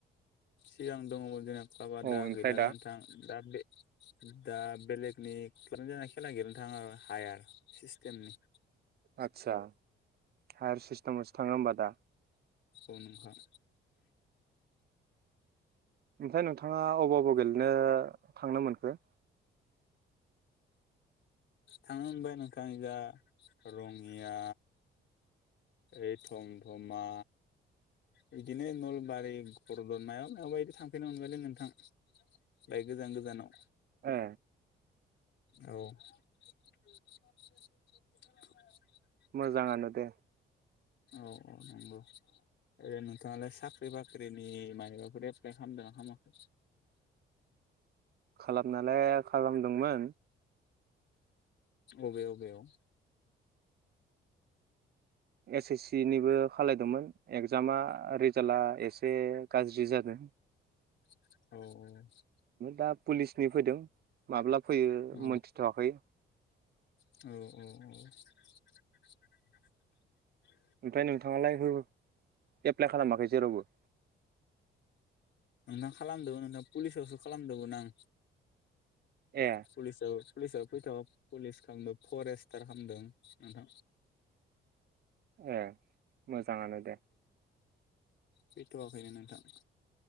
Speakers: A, on the left (about 65°); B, on the right (about 50°).
A: सिगां दङमोन जोङा बाबा
B: औ
A: दा
B: ओमफ्राय
A: गैलालै नोंथां दा बे- दा बेलेगनि जा खेला गेलेनो थाङो आरो हायार सिस्टेमनि
B: आदसा हायार सिस्टामावसो थाङो होमबा दा
A: अ नंखार
B: ओमफ्राय नोंथाङा अबाव बबाव गेलेनो थांनो मोनखो
A: थांनो मोनबाय नोंथां जाा रङिया ओ थमधमा बिदिनो नलबारि गरदद मायाव माबायदि थांफैनो मोनबायलै नोंथां बायक गोजान गोजानाव
B: ए
A: औ <unintelligible>
B: मोजाङानो दे
A: औ औ नंगौ ओरै नोंथाङालाय साख्रि बाख्रिनि मायबाफोर एप्लाइ खालामदोंना खालामाखै
B: खालामनायालाय खालाम दंमोन
A: अबे अबे आव।
B: एस एस सि निबो खालायदोंमोन एगजामा रिजाला एसे गाज्रि जादों
A: औ
B: दा पुलिसनि फैदों माब्लाबा फैयो
A: औ
B: मोनथिथवाखै
A: औ औ औ
B: ओमफ्राय नोंथाङालाय हो एप्लाइ खालामाखै जेरावबो?
A: ना खालामदोंमोन नोंथां पुलिसावसो खालामदोंमोन आं
B: ए
A: पुलिसनि आव- पुलिसा फैथाव पुलिस खालामदों फरेस्टार खालामदों नोंथां
B: ए मोजाङानो दे।
A: फैथ'आखैनो नोंथां।